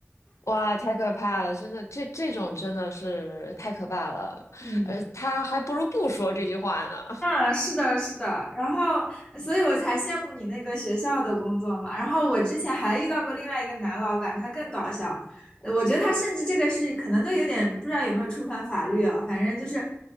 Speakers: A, on the left; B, on the left.
A: 哇，太可怕了！真的，这这种真的是太可怕了。
B: 嗯。
A: 呃，他还不如不说这句话呢。
B: 嗯，是的，是的，然后，所以我才羡慕你那个学校的工作嘛。然后我之前还遇到过另外一个男老板，他更搞笑。呃我觉得他甚至这个是可能都有点不知道有没有触犯法律啊。反正就是